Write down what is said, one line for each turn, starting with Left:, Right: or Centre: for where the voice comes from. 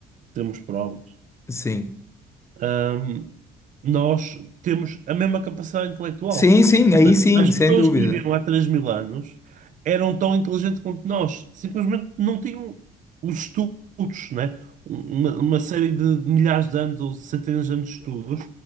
Right: temos prova.
Left: Sim.
Right: Ahm, nós temos a mesma capacidade intelectual.
Left: Sim, sim,
Right: Ou
Left: aí
Right: seja,
Left: sim,
Right: as
Left: sem
Right: pessoas
Left: dúvida.
Right: que viviam há 3 mil anos eram tão inteligentes quanto nós, simplesmente não tinham os estudos, né? Uma, uma série de milhares de anos ou centenas de anos de estudos